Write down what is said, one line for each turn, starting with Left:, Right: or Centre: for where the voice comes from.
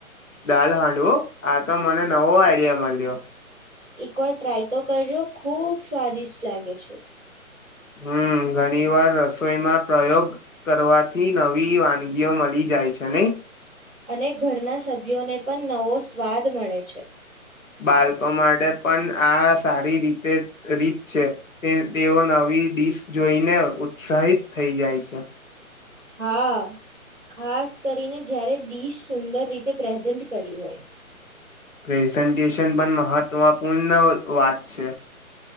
Left: દાલ હાંડવું આ તો મને નવો આઈડિયા મળ્યો
Centre: એક વાર ટ્રાય તો કરજો ખુબ સ્વાદિષ્ટ લાગે છે
Left: હમ ઘણી વાર રસોઈમાં પ્રયોગ કરવાથી નવી વાનગીઓ મળી જાય છે નહી
Centre: અને ઘરના સભ્યોને પણ નવો સ્વાદ મળે છે
Left: બાળકો માટે પણ આ સારી રીતે રીત છે તેઓ નવી ડીશ જોઈને ઉત્સાહિત થઈ જાય છે
Centre: હા ખાસ કરીને જયારે દિશ સુંદર રીતે પ્રેઝન્ટ કરી હોય
Left: પ્રેઝન્ટેશન પણ મહત્વપૂર્ણ વાત છે